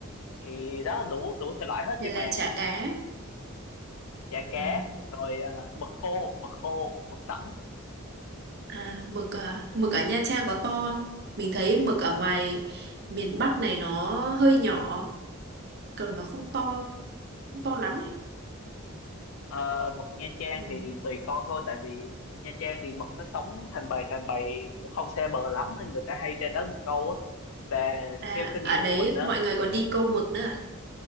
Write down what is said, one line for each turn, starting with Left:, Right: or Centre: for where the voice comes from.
Left: thì đó đủ đủ thể loại hết
Right: Đây
Left: nhưng
Right: là
Left: mà
Right: chả cá.
Left: chả cá
Right: À,
Left: rồi ờ, mực khô mực khô mực tẩm
Right: à, mực à? Mực ở Nha Trang có to không? Mình thấy mực ở ngoài miền Bắc này nó hơi nhỏ, còn nó không to, không to lắm ấy.
Left: Ờ, mực Nha Trang
Right: Ừ.
Left: thì tùy con thôi tại vì Nha Trang thì mực nó sống thành bầy thành bầy cũng không xa bờ lắm nên người ta hay ra đó một câu á và
Right: À,
Left: theo kinh nghiệm
Right: ở đấy
Left: của mình á
Right: mọi người còn đi câu mực nữa à?